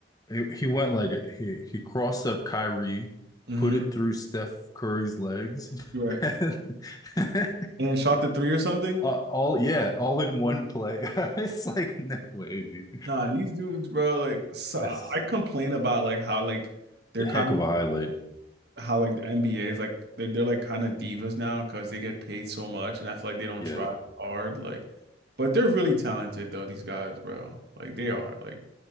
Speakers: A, on the left; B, on the right.
A: He, he went like a, he he crossed up Kyrie,
B: mm-hmm.
A: put it through Steph Curry's legs,
B: You're
A: <laughs>
B: right.
A: and <laughs>
B: And then shot the three or something.
A: uh, all yeah, all in one play. <laughs> It's like no way, dude.
B: Nah, these dudes, bro. Like, so
A: That's
B: I complain about like how like they're
A: a
B: kind
A: heck
B: of
A: of a highlight.
B: how like the NBA is like they're they're like kind of divas now because they get paid so much, and I feel like they don't
A: Yeah.
B: try hard. Like, but they're really talented though. These guys, bro. Like they are. Like